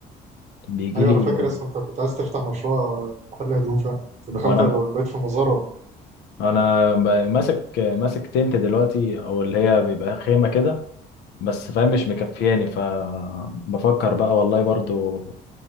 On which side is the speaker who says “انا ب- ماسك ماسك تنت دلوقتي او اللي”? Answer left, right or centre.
Left